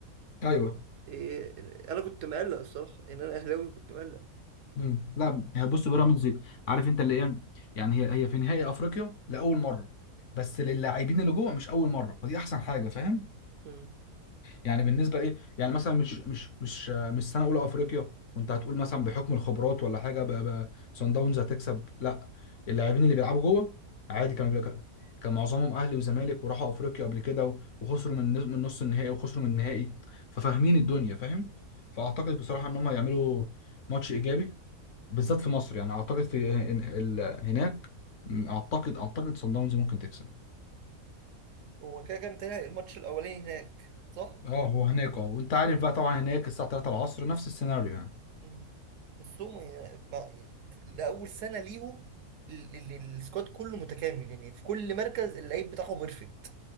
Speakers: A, on the left; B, on the right.
A: ايوه
B: إيه أنا كنت مقلق الصراحة إن أنا أهلاوي كنت مقلق
A: امم لا هي بص بيراميدز عارف انت اللي ايه يعني هي هي في نهائي افريقيا لاول مره بس للاعبين اللي جوه مش اول مره فدي احسن حاجه فاهم
B: مم.
A: يعني بالنسبه ايه يعني مثلا مش مش مش مش سنه اولى افريقيا وانت هتقول مثلا بحكم الخبرات ولا حاجه ب- ب- صن داونز هتكسب لا اللاعبين اللي بيلعبوا جوه عادي كانوا بيلعبوا كان معظمهم اهلي وزمالك وراحوا افريقيا قبل كده و- وخسروا من نص- من نص النهائي وخسروا من النهائي ففاهمين الدنيا فاهم فاعتقد بصراحه ان هم هيعملوا ماتش ايجابي بالذات في مصر يعني اعتقد في هن- ال- هناك اعتقد اعتقد صن داونز ممكن تكسب
B: هو كده كام تاني الماتش الأولاني هناك صح؟
A: اه هو هناك اه وانت عارف بقى طبعا هناك الساعه 3 العصر نفس السيناريو يعني
B: مم. بس هم يعني ما- لأول سنة ليهم ال- ال- السكواد كله متكامل يعني في كل مركز اللعيب بتاعه بيرفكت